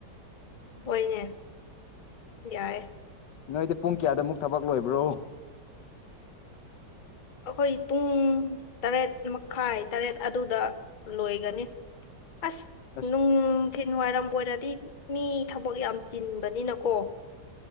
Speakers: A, on the left (about 40°); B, on the left (about 85°).
A: ꯍꯅꯦ ꯌꯥꯔꯦ
B: ꯅꯣꯏꯗꯤ ꯄꯨꯡ ꯀꯌꯥꯗ ꯑꯃꯨꯛ ꯊꯕꯛ ꯂꯣꯏꯕ꯭ꯔꯣ
A: ꯑꯩꯈꯣꯏ ꯄꯨꯡ ꯇꯔꯦꯠ ꯃꯈꯥꯏ ꯇꯔꯦꯠ ꯑꯗꯨꯗ ꯂꯣꯏꯒꯅꯤ ꯑꯁ
B: ꯑꯁ
A: ꯅꯨꯡꯊꯤꯤꯟ ꯋꯥꯏꯔꯝ ꯑꯣꯏ ꯑꯣꯏꯔꯗꯤ ꯃꯤ ꯊꯕꯛ ꯌꯥꯝ ꯆꯤꯟꯕꯅꯤꯅꯀꯣ